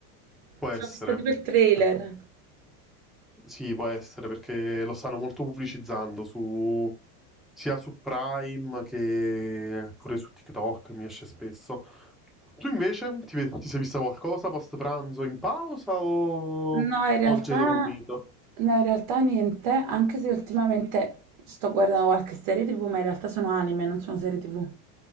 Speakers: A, in the centre; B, on the right.
A: può
B: Ci
A: essere.
B: ho visto tipo il trailer.
A: Eh, Sì, può essere perché lo stanno molto pubblicizzando su, sia su Prime che pure su TikTok, mi esce spesso. Tu invece ti, ve- ti sei vista qualcosa post pranzo in pausa o
B: No, in realtà,
A: oggi hai dormito?
B: no, in realtà niente, anche se ultimamente sto guardando qualche serie TV, ma in realtà sono anime, non sono serie TV.